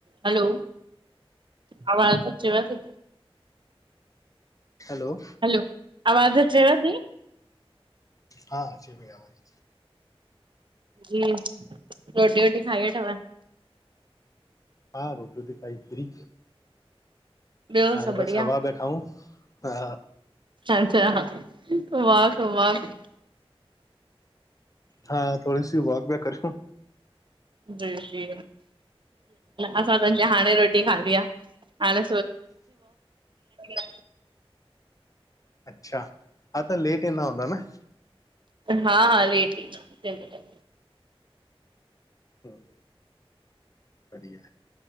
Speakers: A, on the right; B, on the left.
A: हलो आवाज़ अचेव थी।
B: हलो
A: हलो आवाज़ अचेव थी।
B: हा अचे थी आवाज़।
A: हेलो जी रोटी वोटी खाई वठव।
B: हा रोटी वोटी खाई फ्री।
A: ॿियो
B: हाणे
A: सभु बढ़िया?
B: बसि हवा पिया खाऊं हा।
A: अच्छा वाक वाक <unintelligible>
B: हा थोरी सी वॉक बैेक करूं
A: जी जी असां त अञा हाणे रोटी खाधी आहे। हाणे <unintelligible>
B: अच्छा हा त लेट ईंदा हूंदा न।
A: हा हा लेट ईंदा जय झूलेलाल
B: हम बढिया